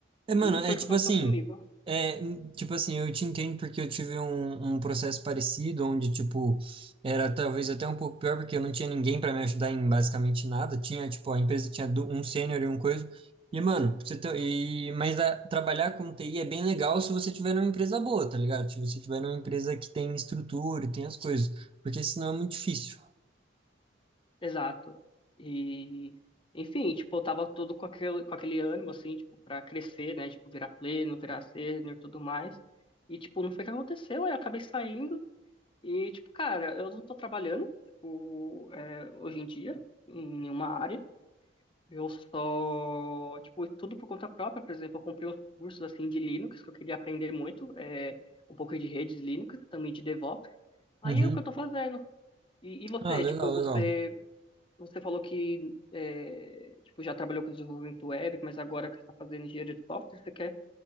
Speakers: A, on the right (about 30°); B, on the left (about 25°).
A: É, mano,
B: E não
A: é
B: foi o
A: tipo
B: que aconteceu
A: assim,
B: comigo.
A: é, n- tipo assim, eu te entendo porque eu tive um, um processo parecido, onde, tipo, era talvez até um pouco pior, porque eu não tinha ninguém pra me ajudar em basicamente nada, tinha, tipo, a empresa tinha du- um sênior e um coisa, e, mano, pra você ter, e, mas a- trabalhar com TI é bem legal se você tiver numa empresa boa, tá ligado? Se você tiver numa empresa que tem estrutura e tem as coisas, porque senão é muito difícil.
B: Exato. E, enfim, tipo, eu tava todo com aquele, com aquele ânimo, assim, tipo, pra crescer, né, tipo, virar pleno, virar sênior e tudo mais. E, tipo, não foi o que aconteceu, aí eu acabei saindo e, tipo, cara, eu não tô trabalhando, tipo, é, hoje em dia, em nenhuma área. Eu só, tipo, tudo por conta própria, por exemplo, eu comprei uns cursos assim de Linux que eu queria aprender muito, é, um pouco de redes Linux, também de DevOps. Aí
A: Uhum.
B: é o que eu tô fazendo. E, e você,
A: Ah, legal,
B: tipo, você,
A: legal.
B: você falou que é, tipo, já trabalhou com desenvolvimento web, mas agora que você está fazendo engenharia de software, você quer